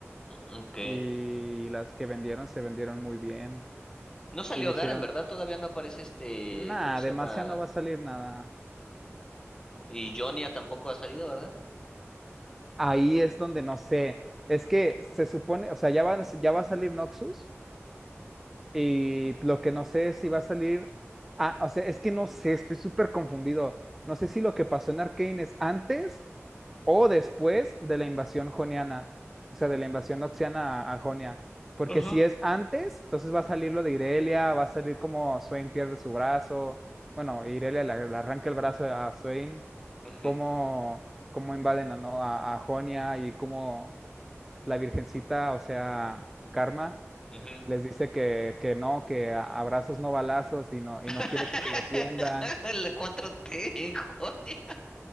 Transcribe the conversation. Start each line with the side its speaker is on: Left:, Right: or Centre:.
Left: Ok.
Centre: y las que vendieron se vendieron muy bien
Left: No salió
Centre: y le
Left: Garen,
Centre: hicieron,
Left: ¿verdad? Todavía no aparece este,
Centre: nada,
Left: ¿cómo se
Centre: demasiado
Left: llama?
Centre: no va a salir nada.
Left: Y Jonia tampoco ha salido, ¿verdad?
Centre: Ahí es donde no sé, es que se supone, o sea, ya va, a- ya va a salir Noxus. Y lo que no sé es si va a salir. Ah, o sea, es que no sé, estoy súper confundido. No sé si lo que pasó en Arcane es antes o después de la invasión joniana. O sea, de la invasión noxiana a, a Jonia. Porque
Left: Ajá.
Centre: si es antes, entonces va a salir lo de Irelia, va a salir como Swain pierde su brazo. Bueno, Irelia le, le arranca el brazo a Swain.
Left: Ujú,
Centre: Cómo, cómo invaden a, ¿no? a, a Jonia y cómo la virgencita, o sea, Karma
Left: ujú.
Centre: les dice que, que no, que a- abrazos no balazos y no, y
Left: <laughs>
Centre: no quiere que se defiendan.
Left: La cuatro t joder.